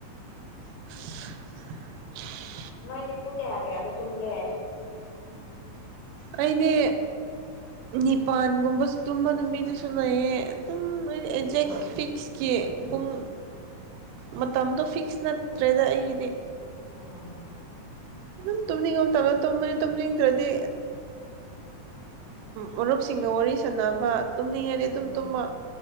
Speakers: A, on the right; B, on the left.
A: <inaudible> <inaudible>
B: ꯅꯣꯏꯗꯤ ꯄꯨꯡ ꯀꯌꯥ ꯀꯌꯥꯗ ꯇꯨꯝꯒꯦ
A: ꯑꯩꯅꯦ ꯅꯤꯄꯥꯟꯒꯨꯝꯕꯁꯨ ꯇꯨꯝꯕ ꯅꯨꯕꯤꯗꯨꯁꯨ ꯂꯩꯌꯦꯦ ꯑꯗꯨꯝ ꯑꯦꯛꯖꯦꯛ
B: ꯎꯝ
A: ꯐꯤꯛꯁꯀꯤ ꯄꯨꯡ ꯃꯇꯝꯗꯣ ꯐꯤꯛꯁ ꯅꯠꯇ꯭ꯔꯦꯗ ꯑꯩꯒꯤꯗꯤ
B: ꯑꯣ
A: ꯑꯗꯨꯝ ꯇꯨꯝꯅꯤꯡꯉ ꯃꯇꯝꯗꯇꯨꯝꯕꯅꯤ ꯇꯨꯝꯅꯤꯡꯗ꯭ꯔꯗꯤ ꯃꯔꯨꯞꯁꯤꯡꯒ ꯋꯥꯔꯤ ꯁꯥꯟꯅꯕ ꯇꯨꯝꯅꯤꯡꯉꯗꯤ ꯑꯗꯨꯝ
B: ꯎꯝ
A: ꯇꯨꯝꯕ